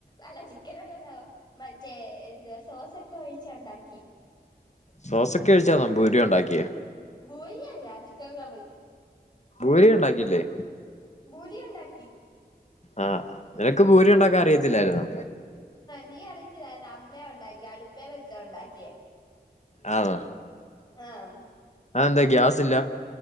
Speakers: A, on the left; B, on the left.
A: അല്ല ചിക്കനല്ലല്ലോ മറ്റേ എന്തുവാ സോസൊക്കെ ഒഴിച്ച് ഒണ്ടാക്കി.
B: സോസൊക്കെ ഓഴിച്ചാന്നോ ഭൂരി ഒണ്ടാക്കിയെ?
A: ഭൂരിയല്ല ചിക്കൻ കറി.
B: ബൂരി ഇണ്ടാക്കിയില്ലേ?
A: ഭൂരിയൊണ്ടാക്കി.
B: ആഹ് നിനക്ക് ഭൂരി ഒണ്ടാക്കാൻ അറിയത്തില്ലായിരുന്നോ?
A: നീ അറിയത്തില്ലായിരുന്നോ അമ്മയാ ഒണ്ടാക്കിയെ അടുപ്പേ വെച്ചാ ഒണ്ടാക്കിയെ.
B: ആണോ
A: ആഹ്
B: അതെന്താ ഗ്യാസ്സില്ല?